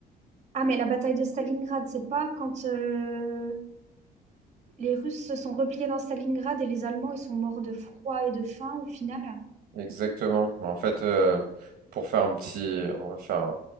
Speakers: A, on the right; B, on the right.
A: Ah, mais la bataille de Stalingrad, c'est pas quand euh, les Russes se sont repliés dans Stalingrad et les Allemands, ils sont morts de froid et de faim au final?
B: Exactement. Bah, En fait, euh, pour faire un petit, on va faire